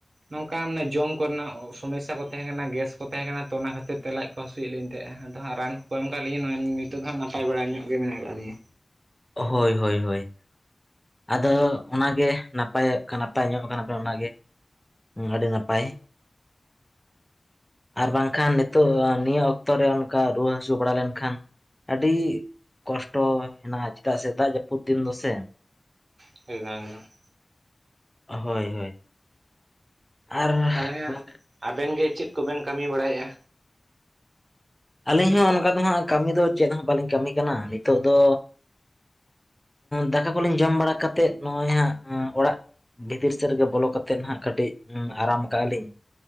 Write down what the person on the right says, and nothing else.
ᱱᱚᱝᱠᱟ ᱢᱟᱱᱮ ᱡᱚᱢ ᱠᱚᱨᱮᱱᱟᱜ ᱥᱚᱢᱚᱥᱥᱟ ᱠᱚ ᱛᱟᱦᱮᱸ ᱠᱟᱱᱟ, ᱜᱮᱥ ᱠᱚ ᱛᱟᱦᱮᱸ ᱠᱟᱱᱟ ᱛᱚ ᱚᱱᱟ ᱠᱷᱟᱹᱛᱤᱨ ᱛᱮ ᱞᱟᱡ ᱠᱚ ᱦᱟᱹᱥᱩᱭᱮᱫ ᱞᱤᱧ ᱛᱟᱦᱮᱸᱭᱟ, ᱟᱫᱚ ᱦᱟᱸᱜ ᱨᱟᱱ ᱠᱚᱠᱚ ᱮᱢ ᱠᱟᱜ ᱞᱤᱧᱟᱹ ᱱᱚᱜᱼᱚᱭ ᱱᱤᱛᱚᱜ ᱫᱚ ᱦᱟᱸᱜ ᱱᱟᱯᱟᱭ ᱵᱟᱲᱟ ᱧᱚᱜ ᱜᱮ ᱢᱮᱱᱟᱜ ᱠᱟᱜ ᱞᱤᱧᱟᱹ᱾
<inaudible>
ᱛᱟᱦᱚᱞᱮ ᱦᱟᱸᱜ
ᱟᱵᱮᱱ ᱜᱮ ᱪᱮᱫ ᱠᱚᱵᱮᱱ ᱠᱟᱹᱢᱤ ᱵᱟᱲᱟᱭᱮᱫᱼᱟ?